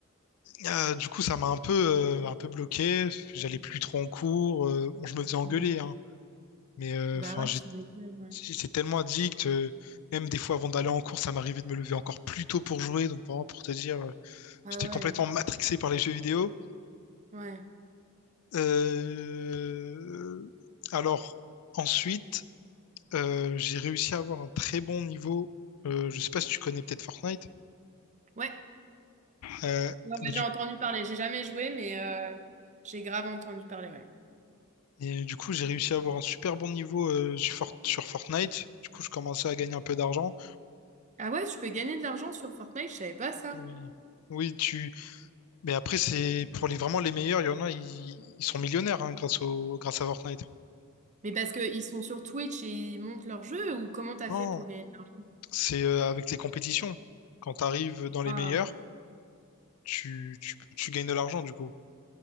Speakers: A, on the left (about 85°); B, on the right (about 35°).
A: euh, du coup, ça m'a un peu, euh, un peu bloqué. J'allais plus trop en cours. euh, bon, je me faisais engueuler,
B: Ouais.
A: hein, mais euh,
B: Bah
A: enfin,
B: ouais,
A: j'ai-
B: tu m'étonnes. ouais.
A: j'étais tellement addict. euh, même des fois, avant d'aller en cours, ça m'arrivait de me lever encore plus tôt pour jouer. Donc, vraiment, pour te dire, euh,
B: Ah
A: j'étais
B: ouais.
A: complètement matrixé par les jeux vidéo.
B: Ouais.
A: Euh, alors, ensuite, euh, j'ai réussi à avoir un très bon niveau. Euh, je sais pas si tu connais peut-être Fortnite.
B: Ouais.
A: Euh,
B: Ouais, ouais,
A: bah, du,
B: j'ai entendu parler. J'ai jamais joué, mais euh, j'ai grave entendu parler, ouais.
A: et du coup, j'ai réussi à avoir un super bon niveau euh, sur, Fort- sur Fortnite. Du coup, je commençais à gagner un peu d'argent.
B: Ah ouais, tu peux gagner de l'argent sur Fortnite, je savais pas ça.
A: Oui. Oui, tu. Mais après, c'est pour les vraiment les meilleurs. Il y en a, ils, ils sont millionnaires hein, grâce au grâce à Fortnite.
B: Mais parce qu'ils sont sur Twitch et ils montent leur jeu ou comment t'as
A: Non,
B: fait pour gagner de l'argent?
A: c'est euh, avec les compétitions. Quand tu arrives dans les
B: Waouh.
A: meilleurs, tu, tu, tu gagnes de l'argent du coup.